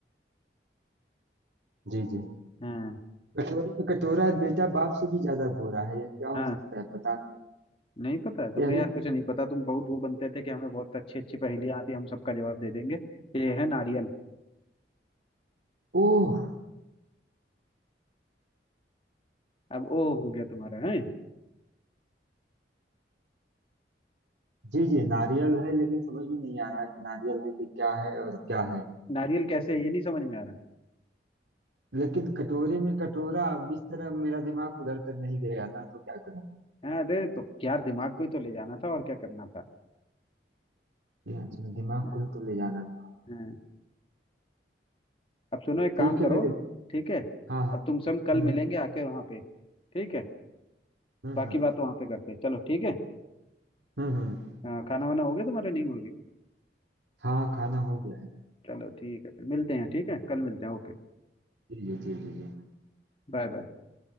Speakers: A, on the right (about 85°); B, on the left (about 30°).
A: जी जी
B: हाँ
A: कटोरे में कटोरा बेटा बाप से भी ज्यादा गोरा है ये क्या हो
B: हाँ
A: सकता है पता
B: नहीं पता है तुम्हें
A: नहीं ये
B: यार
A: भी
B: कुछ नहीं पता तुम बहुत वो बनते थे कि हमें बहुत अच्छी अच्छी पहेलियां आती हैं, हम सबका जवाब दे देंगे ये है नारियल
A: ओह
B: अब ओ हो गया तुम्हारा है
A: जी जी नारियल है लेकिन समझ में नहीं आ रहा कि नारियल है कि क्या है और क्या है
B: नारियल कैसे है ये नहीं समझ में आ रहा
A: लेकिन कटोरे में कटोरा अब इस तरह मेरा दिमाग उधर तक नहीं गया ना तो क्या करूं
B: हाँ अरे तो क्या दिमाग को ही तो ले जाना था और क्या करना था
A: ये दिमाग
B: हाँ
A: को ही तो ले जाना था
B: हाँ अब सुनो एक काम
A: ठीक है
B: करो
A: मेरे
B: ठीक है
A: हाँ हाँ
B: अब तुम सब कल
A: हम्म हम्म।
B: मिलेंगे आके वहां पे ठीक है
A: हुँ,
B: बाकी
A: हुँ,
B: बात वहां पे करते हैं चलो ठीक है
A: हुँ, हुँ।
B: हाँ, खाना वाना हो गया तुम्हारा नहीं हो गया
A: हाँ, खाना हो गया है।
B: चलो ठीक है फिर मिलते हैं ठीक है कल मिलते हैं ओके
A: जी, जी, जी, जी, जी।
B: Bye bye